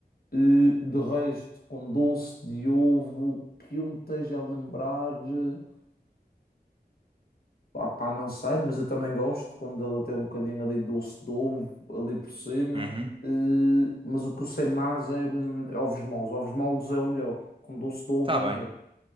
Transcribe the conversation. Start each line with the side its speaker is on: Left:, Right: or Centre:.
Left: E de resto, com doce de ovo, que eu me esteja a lembrar. eh, Pá, pá, não sei, mas eu também gosto quando ela tem um bocadinho ali de doce de ovo ali por cima.
Right: Uhum.
Left: Eh, mas o que eu sei mais é, hum, é ovos moles. Ovos moles é o melhor. Com doce de ovo
Right: Tá
Left: é o
Right: bem.
Left: melhor.